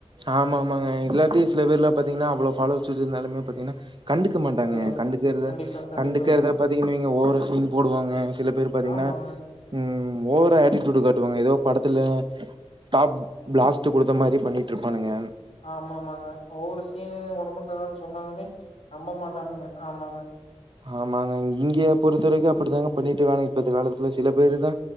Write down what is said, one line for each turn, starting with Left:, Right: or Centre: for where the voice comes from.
Right: ஆமா ஆமாங்க எல்லாத்தையு சில பேர்ல பாத்தீங்கன்னா அவ்ளோ ஃப்பலோவர்ஸ் வச்சி இருந்தாலுமே பாத்தீங்கன்னா கண்டுக்க மாட்டாங்க
Left: சேரிங்க
Right: கண்டுக்கிறத
Left: கண்டிப்பாங்க கண்டிப்பாங்க
Right: கண்டுக்கிறத பாத்தீங்கன்வைங்க ஓவர் சீன் போடுவாங்க சில பேர் பா்த்தீங்கன்னா
Left: ஆமாங்க
Right: ம் ஓவரா ஆட்டிடுடூ காட்டுவாங்க ஏதோ படத்துல டாப் பிளாஸ்ட் குடுத்த மாரி பண்ணி ட்ரிப் பாணுங்க
Left: ஆமா ஆமாங்க ஒவ்வொரு சீனு உடம்புக்கலனு சொன்னாலுமே நம்ப மாட்டானுங்க ஆமாங்க
Right: ஆமாங்க இங்கயே பொறுத்தவரைக்கு அப்படித்தாங்க பண்ணிட்டு இருக்காங்க இப்ப காலத்துல சில பேரு தா